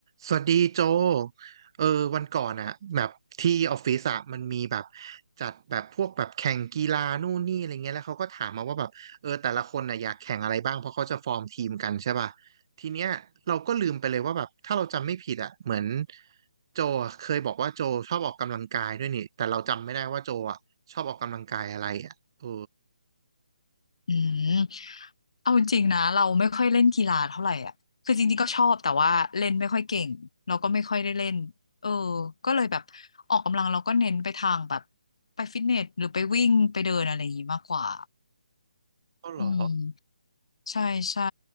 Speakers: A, on the right (about 40°); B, on the left (about 60°).
A: สวัสดีโจเออวันก่อนอะแบบที่ออฟฟิศอะมันมีแบบจัดแบบพวกแบบแข่งกีฬานู่นนี่อะไรเงี้ยแล้วเขาก็ถามมาว่าแบบเออแต่ละคนน่ะอยากแข่งอะไรบ้างเพราะเขาจะฟอร์มทีมกันใช่ป่ะทีเนี้ยเราก็ลืมไปเลยว่าแบบถ้าเราจำไม่ผิดอะเหมือนโจอะเคยบอกว่าโจชอบออกกำลังกายด้วยนี่แต่เราจำไม่ได้ว่าโจอะชอบออกกำลังกายอะไรอะเออ
B: อืมเอาจริงๆนะเราไม่ค่อยเล่นกีฬาเท่าไหร่อ่ะคือจริงๆก็ชอบแต่ว่าเล่นไม่ค่อยเก่งเราก็ไม่ค่อยได้เล่นเออก็เลยแบบออกกำลังเราก็เน้นไปทางแบบไปฟิตเนสหรือไปวิ่งไปเดินอะไรอย่างงี้มากกว่า
A: ก็หรอ
B: อืมใช่ใช่